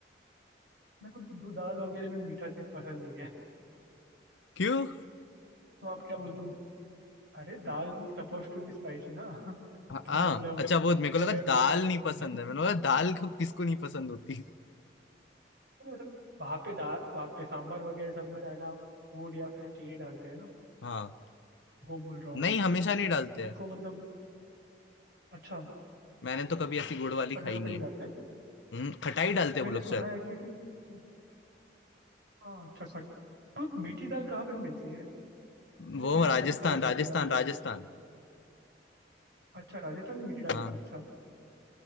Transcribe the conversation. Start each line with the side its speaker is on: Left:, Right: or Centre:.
Right: मेरे को दो दाल वगैरह में मीठा चीज पसंद नहीं है
Left: क्यों
Right: तो आप क्या बोलते हो अरे दाल सपोज टू बी स्पाइसी ना <laughs> तो
Left: हाँ हाँ,
Right: मतलब
Left: अच्छा वो मेरे को
Right: मैं
Left: लगा
Right: क्या मीठा
Left: दाल
Right: डाल देंगे
Left: नहीं पसंद
Right: दाल
Left: है मैंने बोला दाल को किसको नहीं पसंद होती
Right: नहीं, मतलब वहाँ पे दाल वहाँ पे सांभर वगैरह सब में डालना गुड़ या फिर चीनी डालते हैं ना
Left: हाँ
Right: वो बोल रहा हूँ
Left: नहीं
Right: मैं
Left: हमेशा नहीं डालते
Right: मेरे
Left: हैं
Right: को मतलब अच्छा
Left: मैंने तो कभी ऐसी गुड़ वाली
Right: हर
Left: खाई
Right: जगह
Left: नहीं
Right: पे नहीं
Left: है
Right: डालते
Left: हम्म, खटाई डालते हैं
Right: मैंने
Left: वो लोग
Right: सुना
Left: शायद
Right: है कि मतलब हाँ अच्छा खट तो मीठी दाल कहाँ पे मिलती है मैंने
Left: वो
Right: कहीं
Left: राजस्थान
Right: तो देखा था मीठी
Left: राजस्थान
Right: दाल मिलती
Left: राजस्थान
Right: है अच्छा राजस्थान में मीठी दाल
Left: हाँ
Right: मिलती है अच्छा